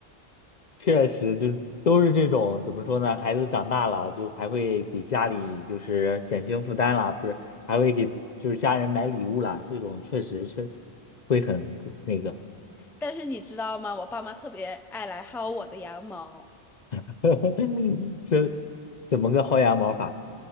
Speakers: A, on the left; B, in the centre.
A: 确实，就是都是这种怎么说呢？孩子长大了，就还会给家里就是减轻负担啦，不是，还会给就是家人买礼物啦。这种确实确会很那个，
B: 但是你知道吗？我爸妈特别爱来薅我的羊毛，
A: <laughs> 这怎么个薅羊毛法？